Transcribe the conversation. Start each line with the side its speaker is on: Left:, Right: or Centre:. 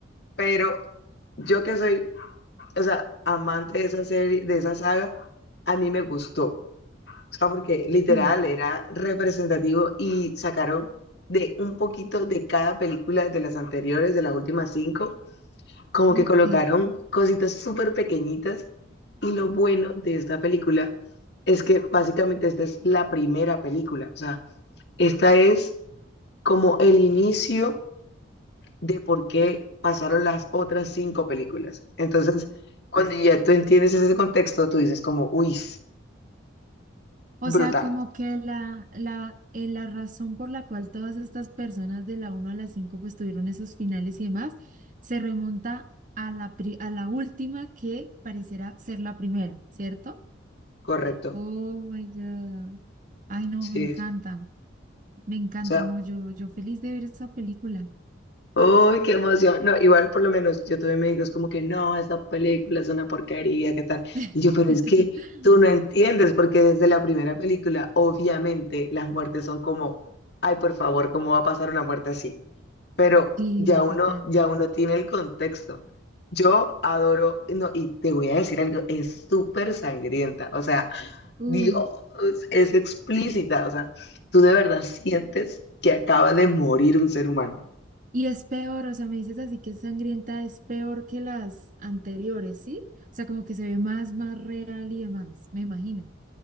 Left: pero yo que soy, o sea, amante de esa serie, de esa saga, a mí me gustó, o sea, porque literal
Right: Sí.
Left: era representativo y sacaron de un poquito de cada película de las anteriores, de las últimas cinco como
Right: Ok.
Left: que colocaron cositas súper pequeñitas y lo bueno de esta película es que básicamente esta es la primera película, o sea, esta es como el inicio de por qué pasaron las otras cinco películas. Entonces, cuando ya tú entiendes ese contexto, tú dices como, uy, s-
Right: O
Left: brutal,
Right: sea, como que la, la, eh, la razón por la cual todas estas personas de la 1 a la 5 pues tuvieron esos finales y demás, se remonta a la, pri- a la última que pareciera ser la primera, ¿cierto?
Left: correcto.
Right: Oh my God. Ay, no,
Left: Sí,
Right: me encanta,
Left: sí.
Right: me encanta,
Left: o sea,
Right: no, yo, yo feliz de ver esa película.
Left: Uy, qué emoción. No, igual por lo menos yo tuve amigos como que no, esta película es una porquería, ¿qué tal?
Right: <laughs>
Left: Y yo, pero es que tú no entiendes, porque desde la primera película, obviamente, las muertes son como, ay, por favor, ¿cómo va a pasar una muerte así? Pero
Right: Sí,
Left: ya uno,
Right: total.
Left: ya uno tiene el contexto. Yo adoro, no, y te voy a decir algo, es súper sangrienta, o sea,
Right: Uh.
Left: Dios, es explícita, o sea, tú de verdad sientes que acaba de morir un ser humano.
Right: Y es peor, o sea, me dices así que es sangrienta, es peor que las anteriores, ¿sí? O sea, como que se ve más, más real y demás, me imagino.